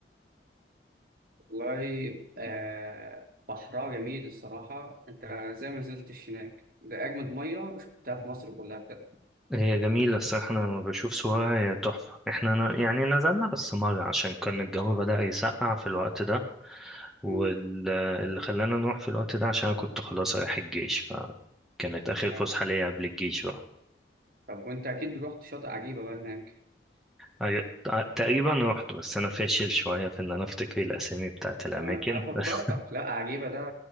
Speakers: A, on the right; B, in the centre.
A: والله آه بحرها جميل الصراحة أنت زي ما نزلتش هناك ده أجمد مية شفتها في مصر كلها بجد
B: هي جميلة الصراحة أنا لما بشوف صورها هي تحفة إحنا ن- يعني نزلنا بس مرة عشان كان الجو بدأ يسقع في الوقت ده واللي
A: ممكن.
B: خلانا نروح في الوقت ده عشان أنا كنت خلاص رايح الجيش فكانت آخر فسحة
A: آه.
B: ليا قبل الجيش بقى
A: طب وأنت أكيد رحت شاطئ عجيبة بقى هناك
B: عج- تقريبا رحت بس أنا فاشل شوية في إن أنا أفتكر الأسامي بتاعت الأماكن
A: آه أنا أفكرك
B: <laughs> بس
A: لا عجيبة ده